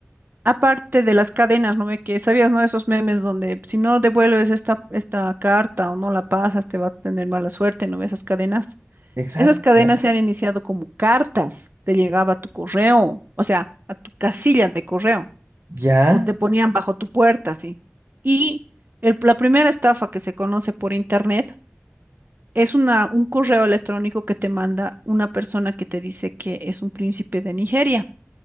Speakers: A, on the right; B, on the right.
A: Aparte de las cadenas, ¿no? ve Que sabías, ¿no? Esos memes donde si no devuelves esta, esta carta o no la pasas, te va a tener mala suerte, ¿no? Esas cadenas.
B: exacto.
A: Esas cadenas
B: Ya,
A: se han iniciado como cartas, te llegaba a tu correo, o sea, a tu casilla de correo.
B: ya,
A: o te ponían bajo tu puerta, sí. Y el- la primera estafa que se conoce por internet es una, un correo electrónico que te manda una persona que te dice que es un príncipe de Nigeria